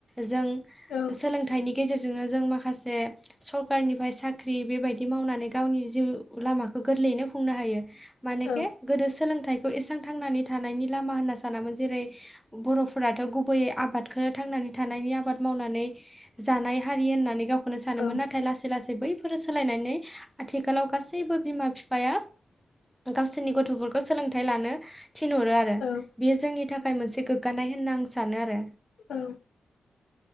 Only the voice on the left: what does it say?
औ
औ औ
उम
औ
औ।